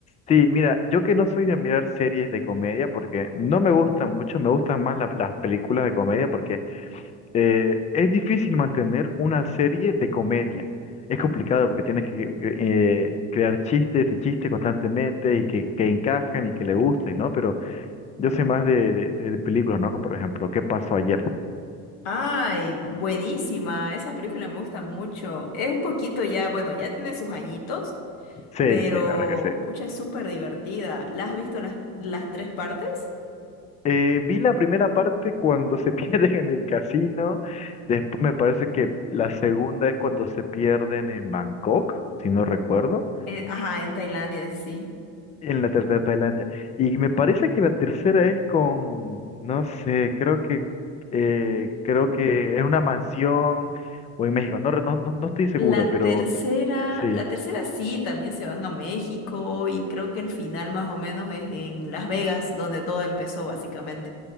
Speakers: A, on the left (about 20°); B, on the left (about 85°).
A: Sí, mira, yo que no soy de mirar series de comedia porque no me gustan mucho, me gustan más la- las películas de comedia porque eh, es difícil mantener una serie de comedia. Es complicado porque tienes que eh, crear chistes y chistes constantemente y que, que encajen y que le gusten, ¿no? Pero yo soy más de, de- de películas, ¿no? Por ejemplo, ¿Qué pasó ayer?
B: Ay, buenísima. Esa película me gusta mucho. Es un poquito ya, bueno, ya tiene sus añitos,
A: Sí,
B: pero
A: sí, la verdad que sí.
B: pucha, es súper divertida. ¿La has visto las, las tres partes?
A: Eh, vi la primera parte cuando se <laughs> pierden en el casino. Después me parece que la segunda es cuando se pierden en Bangkok, si no recuerdo.
B: Eh, ajá, en Tailandia, sí.
A: En la tercera Tailandia. Y me parece que la tercera es con, no sé, creo que eh, creo que es una mansión o en México. No, re- no, no, no estoy seguro,
B: La
A: pero
B: tercera,
A: sí.
B: la tercera sí, también se van a México y creo que el final más o menos es en Las Vegas, donde todo empezó básicamente.